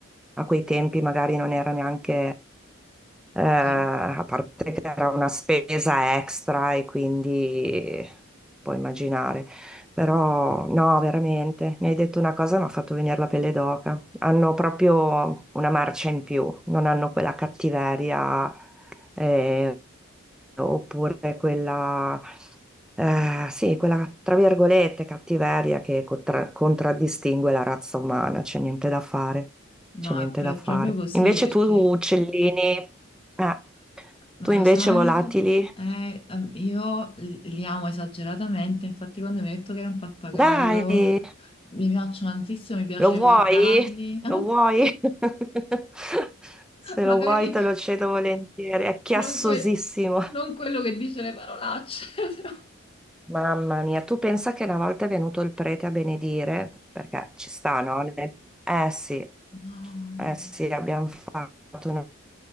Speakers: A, in the centre; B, on the left.
A: a quei tempi magari non era neanche eh, a
B: Ri-
A: parte che era una spesa extra e quindi puoi immaginare. Però no, veramente, mi hai detto una cosa, mi ha fatto venire la pelle d'oca. Hanno proprio una marcia in più, non hanno quella cattiveria eh, oppure quella, eh, sì, quella tra virgolette cattiveria che contra- contraddistingue la razza umana, c'è niente da fare,
B: No,
A: c'è niente
B: è, pro-
A: da
B: è
A: fare.
B: proprio così
A: Invece
B: perché,
A: tu, uccellini... eh,
B: ma
A: tu invece
B: lo sai,
A: volatili?
B: eh, ehm, io li li amo esageratamente, infatti quando mi hai detto che è un pappagallo,
A: Dai,
B: mi piacciono tantissimo, mi piace
A: lo vuoi?
B: guardarli, <laughs>
A: Lo vuoi? <laughs> Se
B: Magari
A: lo vuoi te lo cedo volentieri, è chiassosissimo.
B: non, que- non quello che dice le parolacce, <laughs> però.
A: Mamma mia, tu pensa che una volta è venuto il prete a benedire, perché ci sta, no? Le- Eh sì,
B: no.
A: eh sì, abbiamo fatto una